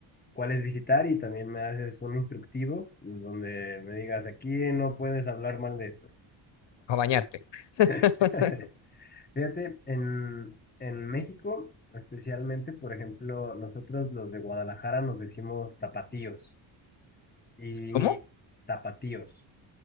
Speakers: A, on the left (about 20°); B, on the left (about 60°).
A: cuáles visitar y también me haces un instructivo donde me digas, aquí no puedes hablar mal de esto.
B: o bañarte. <laughs>
A: <laughs> Fíjate, en, en México, especialmente, por ejemplo, nosotros los de Guadalajara nos decimos tapatíos y
B: ¿Cómo?
A: tapatíos,